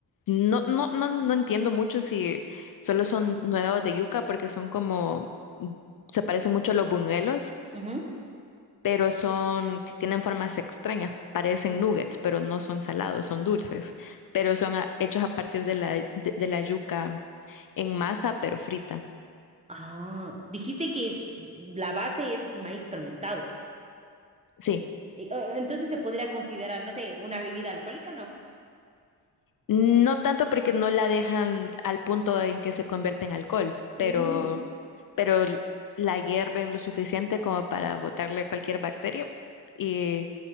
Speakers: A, on the left; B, on the right.
A: no, no, no, no entiendo mucho si solo son nuevos de yuca porque son como, se parecen mucho a los buñuelos,
B: ujú.
A: pero son, tienen formas extrañas, parecen nuggets, pero no son salados, son dulces, pero son a- hechos a partir de la, de, de la yuca en masa, pero frita.
B: Ah, dijiste que la base es maíz fermentado.
A: Sí.
B: E- o- Entonces se podría considerar, no sé, una bebida alcohólica, ¿no?
A: No tanto porque no la dejan al punto en que se convierte en alcohol,
B: Mm,
A: pero, pero l- la hierven lo suficiente como para botarle cualquier bacteria. Y